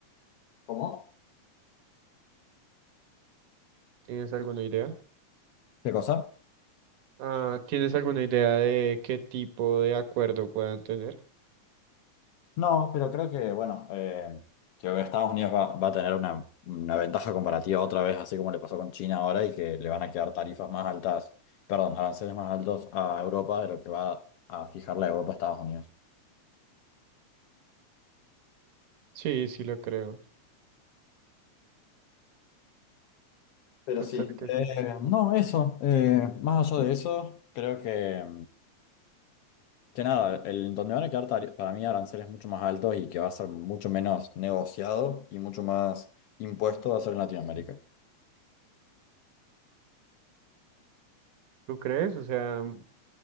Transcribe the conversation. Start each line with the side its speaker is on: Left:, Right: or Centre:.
Left: ¿Cómo?
Right: ¿Tienes alguna idea?
Left: ¿Qué cosa?
Right: Ah, ¿tienes alguna idea de qué tipo de acuerdo puedan tener?
Left: No, pero creo que, bueno, eh, que Estados Unidos va, va a tener una, una ventaja comparativa otra vez, así como le pasó con China ahora, y que le van a quedar tarifas más altas, perdón, aranceles más altos a Europa de lo que va a fijar la Europa a Estados Unidos.
Right: Sí, sí lo creo.
Left: Pero
Right: Total
Left: sí,
Right: que
Left: eh,
Right: sí.
Left: no, eso, eh, más allá de eso, creo que... Que nada, el, donde van a quedar tari- para mí aranceles mucho más altos y que va a ser mucho menos negociado y mucho más impuesto va a ser en Latinoamérica.
Right: ¿Tú crees? O sea,